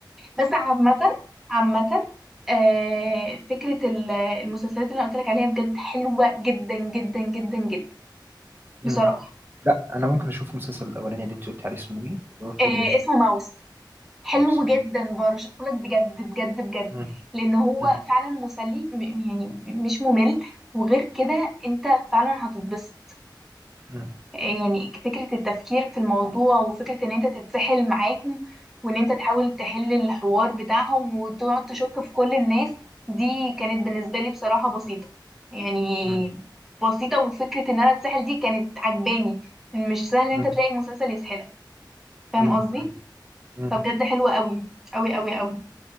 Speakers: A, in the centre; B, on the right.
A: بس عامة عامة آه، فكرة ال- المسلسلات اللي أنا قلت لك عليها بجد حلوة جدا جدا جدا جدا
B: م.
A: بصراحة
B: لا انا ممكن اشوف المسلسل الاولاني اللي انت قلت عليه اسمه ايه اللي هو الكوري
A: آه،
B: ده
A: اسمه ماوس حلو
B: مع بصراحة.
A: جدا برشحه لك بجد بجد بجد
B: م-
A: لأن هو
B: م-
A: فعلا مسلي م- يعني مش ممل وغير كده أنت فعلا هتتبسط
B: م-
A: يعني فكرة التفكير في الموضوع وفكرة ان انت تتسحل معاهم وان انت تحاول تحل الحوار بتاعهم وتقعد تشك في كل الناس دي كانت بالنسبة لي بصراحة بسيطة يعني
B: م-
A: بسيطة وفكرة ان انا اتسحل دي كانت عجباني مش سهل ان
B: م-
A: انت تلاقي المسلسل يسحلك فاهم
B: م-
A: قصدي
B: م- م.
A: فبجد حلوة قوي قوي قوي قوي